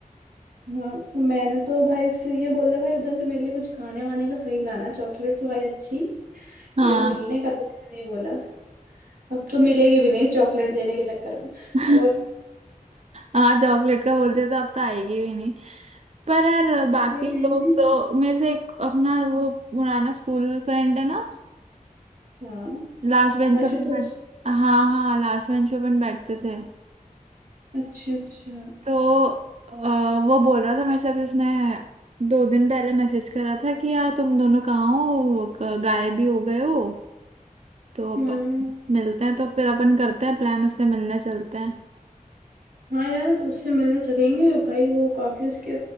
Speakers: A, on the right; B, on the right.
A: हाँ तो मैंने तो भाई उससे ये बोल दिया भाई उधर से मेरे लिए कुछ खाने वाने का सही लाना चॉकलेट्स भाई अच्छी
B: हाँ
A: ये मिलने का तो मैंने नहीं बोला अब तो मिलेगी भी नहीं चॉकलेट देने के चक्कर में
B: <laughs>
A: और
B: हाँ चॉकलेट का बोलते हो तो अब तो आएगी भी नहीं पर यार बाकी
A: भाई मैंने
B: लोग तो मेरे से एक अपना वो पुराना स्कूल फ्रेंड है ना
A: हाँ
B: लास्ट बेंच
A: आशुतोष
B: पे अपन बैठ हाँ हाँ लास्ट बेंच पे अपन बैठते थे
A: अच्छा अच्छा
B: तो अ, वो बोल रहा था मेरे से अभी उसने दो दिन पहले मैसेज करा था कि यार तुम दोनों कहाँ हो क- गायब भी हो गए हो तो
A: हम्म
B: अपन मिलते हैं तो फिर अपन करते हैं प्लान उससे मिलने चलते हैं
A: हाँ यार तो उससे मिलने चलेंगे भाई वो काफी उसके